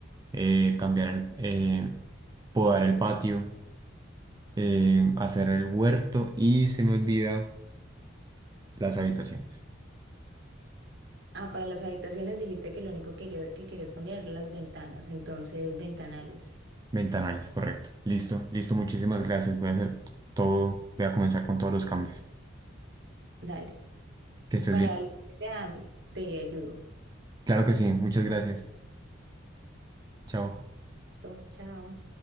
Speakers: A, on the right; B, on the right.
A: eh, cambiar el, eh, podar el patio, eh, hacer el huerto y se me olvida las habitaciones.
B: Ah, para las habitaciones dijiste que lo único que quería- que querías cambiar eran las ventanas, entonces ventanales.
A: Ventanales, correcto. Listo, listo, muchísimas gracias. Voy a hacer todo, voy a comenzar con todos los cambios.
B: Dale.
A: Que estés
B: Para
A: bien.
B: lo que sea, te ayudo.
A: Claro que sí, muchas gracias. Chao.
B: Listo, chao.